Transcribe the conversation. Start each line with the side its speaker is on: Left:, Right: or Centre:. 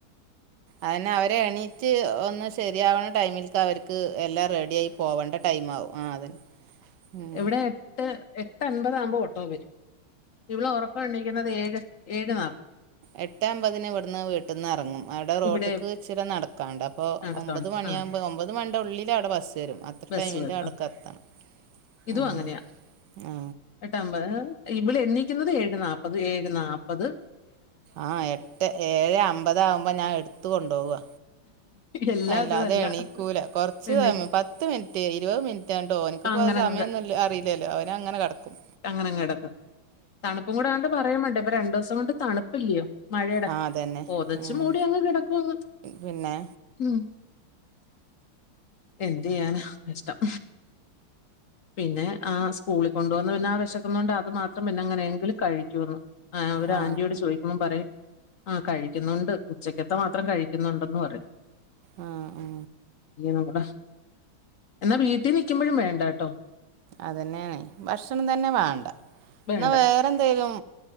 Right: അയന്നെ അവരെ എണീറ്റ് ഒ ഒന്ന് ശരിയാവണ ടൈമിൽക്ക് അവർക്ക് എല്ലാം റെഡി ആയി പോവണ്ട ടൈം ആവും ആ അതന്നെ ഉം
Left: എവിടെ എട്ട് അൻപത് ആകുമ്പോ ഓട്ടോ വരും ഇവള് ഒറക്കം എണ്ണിക്കുന്നത് ഏഴ് ഏഴ്നാ
Right: എട്ടേഅമ്പതിന് ഇവിടുന്ന് വീട്ടിൽന്ന് എറങ്ങും അവിടെ റോട്ടക്ക്
Left: ഇവിടെ
Right: ഇച്ചിരി നടക്കാണ്ട് അപ്പൊ അപ്പോൾ
Left: നടത്തോണ്ട്
Right: ഒമ്പത് മണിയാകുമ്പോൾ
Left: ആ
Right: പോ ഒമ്പത് മണിയാവുമ്പോ ഒമ്പത് മണിന്റെ ഉള്ളില് അവിടെ ബസ്സ്‌ വരും അത്ര
Left: ബസ്
Right: ടൈമിൻ്റെ
Left: വരും
Right: അടയ്ക്ക്
Left: ആ.
Right: എത്തണം
Left: ഇതും
Right: അങ്ങനെ
Left: അങ്ങനെയാ
Right: ആ
Left: എട്ടെഅമ്പ ഇവള് എണീക്കുന്നത് ഏഴ്നാപ്പത് ഏഴ്നാപ്പത്
Right: ആ എട്ടെ ഏഴേഅമ്പതാകുമ്പോ ഞാൻ എടുത്ത കൊണ്ടുപോവാ
Left: എല്ലാം
Right: അല്ല
Left: ഇത് തന്നെ
Right: അതെണീക്കൂല കൊർച്ച്
Left: എണീക്കും
Right: സമയം പത്ത് മിൻറ്റ് ഇരുപത് മിൻറ്റാണ്ട് ഓൻക്ക്പ്പൊ
Left: അങ്ങനെ
Right: ആ സമയമൊന്നുല്ല
Left: അങ്ങ്
Right: അറിയില്ലല്ലോ അവനങ്ങനെ കടക്കും
Left: അങ്ങനെങ്ങടക്കും തണുപ്പും കൂടാവുമ്പോ പറയുംവേണ്ട ഇപ്പൊരണ്ട് രണ്ടൂസം കൊണ്ട് തണുപ്പില്ലയോ മഴേടെ
Right: ആ അതന്നെ
Left: പൊതച്ച്മൂടി
Right: ഉം
Left: അങ്ങ് കിടക്കും അങ്ങ്
Right: പിന്നെ
Left: ഉം എന്ത് ചെയ്യാനാ ഇഷ്ടം പിന്നെ ആ സ്കൂളിൽ കൊണ്ടോവ്ന്ന പിന്നെ ആ വെശക്കുന്നോണ്ട് അത് മാത്രം പിന്നെ അങ്ങനെയെങ്കിലും കഴിക്കൂന്ന് ആഹ് അവരെ
Right: ആ
Left: ആന്റി യോട് ചോദിക്കുമ്പം പറയും ആ കഴിക്കുന്നുണ്ട് ഉച്ചക്കത്തെ മാത്രം കഴിക്കുന്നുണ്ടന്ന് പറയും
Right: ആ ആ
Left: <unintelligible> നമ്മുടെ എന്നാ വീട്ടിൽ നിക്കുമ്പഴും വേണ്ടാട്ടോ
Right: അതന്നെയാണേ ഭക്ഷണം തന്നെ വാണ്ട
Left: വേണ്ട
Right: എന്നാ വേറെ എന്തെങ്കിലും